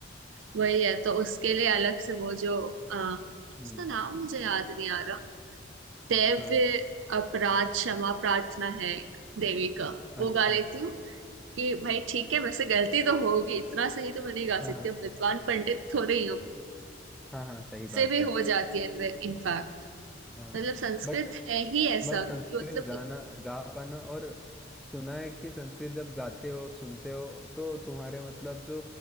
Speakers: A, on the right; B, in the centre.
A: वही है तो उसके लिए अलग से वो जो आ,
B: हम्म
A: उसका नाम मुझे याद नहीं आ रहा दैव्य
B: हाँ
A: अपराध क्षमा प्रार्थना है एक देवी का वो
B: अच्छा
A: गा लेती हूँ कि भाई ठीक है वैसे गलती तो होगी इतना सही तो मैं नहीं गा
B: हाँ
A: सकती
B: हाँ
A: अब विद्वान पंडित थोड़े ही हूँ
B: हाँ हाँ सही
A: मुझसे
B: बात
A: भी हो
B: है
A: जाती है इनफैक्ट
B: हाँ
A: मतलब संस्कृत
B: बट
A: है ही ऐसा
B: बट संस्कृत
A: कि मतलब
B: गाना
A: इत-
B: गा पाना और सुना है कि संस्कृत जब गाते हो सुनते हो तो तुम्हारे मतलब जो